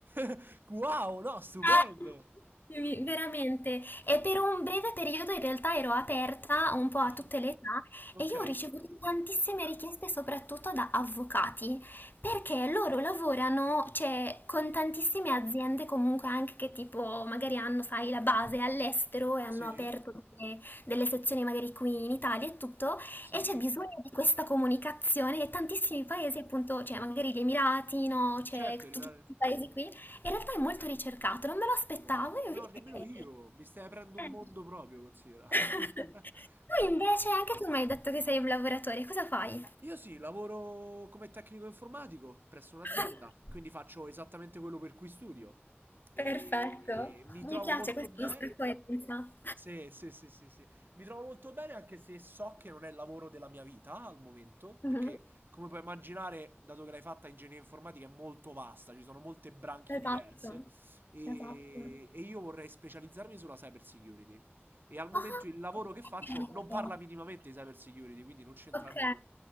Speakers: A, on the right; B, on the left.
A: <laughs> Wow, no, stupendo.
B: Ah, sì, Veramente, e per un breve periodo in realtà ero aperta un po' a
A: Ah,
B: tutte le età
A: ok,
B: e io ho ricevuto tantissime richieste soprattutto da avvocati perché loro lavorano, cioè, con tantissime aziende comunque anche che tipo magari hanno, sai, la base all'estero e hanno
A: sì,
B: aperto delle, delle sezioni magari qui in Italia e tutto
A: sì,
B: e c'è bisogno di questa comunicazione e tantissimi paesi appunto, cioè magari gli Emirati, no, cioè
A: certo, rimane...
B: tutti questi paesi qui in realtà è molto ricercato, non me lo aspettavo,
A: Wow,
B: io
A: no,
B: perché...
A: nemmeno io, mi stai aprendo
B: Eh.
A: un mondo proprio, considera. <laughs>
B: <laughs> Tu
A: Wow.
B: invece, anche tu mi hai detto che sei un lavoratore, cosa fai?
A: Io sì, lavoro come tecnico informatico presso un'azienda,
B: <laughs>
A: quindi faccio esattamente quello per cui studio e
B: Perfetto,
A: mi trovo
B: mi piace
A: molto
B: questa
A: bene.
B: nostra coerenza.
A: Sì, sì, sì, sì, sì. Mi trovo molto bene anche se so che non è il lavoro della mia vita al momento,
B: Mhm.
A: perché come puoi immaginare, dato che l'hai fatta ingegneria informatica è molto vasta, ci sono molte branche
B: Esatto,
A: diverse e,
B: esatto.
A: e io vorrei specializzarmi sulla cyber security. E al momento
B: Ah,
A: il lavoro che faccio
B: ok,
A: non parla minimamente di cyber security, quindi non c'entra
B: Ok,
A: nulla.